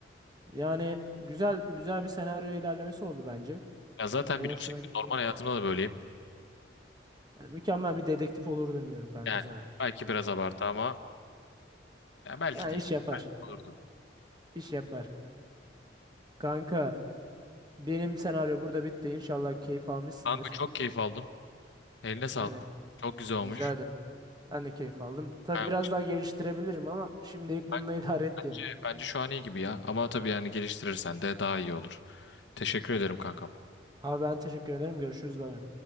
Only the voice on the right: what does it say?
Yani güzel güzel bir senaryo ilerlemesi oldu bence.
Benim
hoşuma gitti.
Yani mükemmel bir dedektif olurdun diyorum kanka
sana.
Yani
iş yapar.
iş yapar. Kanka benim senaryo burada bitti. İnşallah keyif almışsındır.
Yani
rica ederim. Ben de keyif aldım. Tabii
biraz daha geliştirebilirim ama şimdilik bununla
<laughs> idare et
diyorum.
Abi ben teşekkür ederim. Görüşürüz. Bay bay.